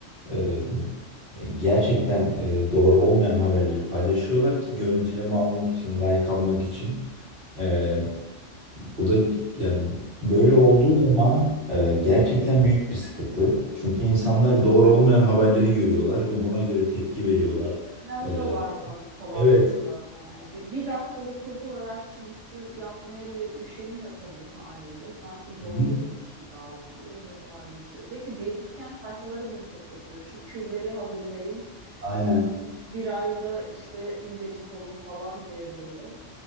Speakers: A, on the right; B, on the right.
A: e, gerçekten e, doğru olmayan haberleri paylaşıyorlar ki görüntüleme almak için, like almak için. E, bu da yani böyle
B: Evet.
A: olduğu zaman e, gerçekten büyük bir sıkıntı. Çünkü insanlar doğru olmayan haberleri görüyorlar ve buna göre tepki veriyorlar.
B: İnanıyorlar
A: E,
B: böyle kolaylıkla
A: Evet,
B: yani. Bir, bir dakikalık Google araştırması yapmaya bile üşeniyor tabii haliyle. Sanki doğruymuş
A: Hı hı.
B: gibi algılıyor ve paylaşıyor. Özellikle diyetisyen sayfaları bunu çok yapıyor. Şu kürleri hazırlayın.
A: Aynen.
B: İşte üç, bir ayda işte incecik olun falan diye böyle.